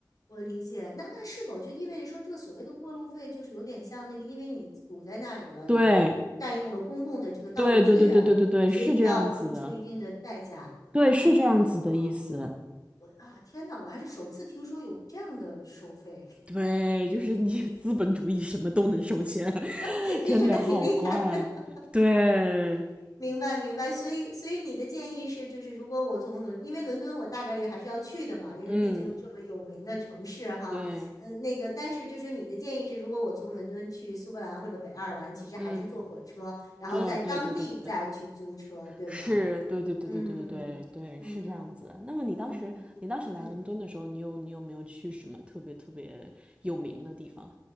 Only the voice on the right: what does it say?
对，
对，对，对，对，对，对，对，
是这样子的，对，
是这样子的意思。
对，就是你资本主义什么都能收钱，<laughs>
真的好怪。对，
嗯，对，
嗯，
做，对，对，对，对，对。
是，对对对对对对对对，
是这样子的那么你当时，
你当时来伦敦的时候，你有你有没有去什么特别特别有名的地方？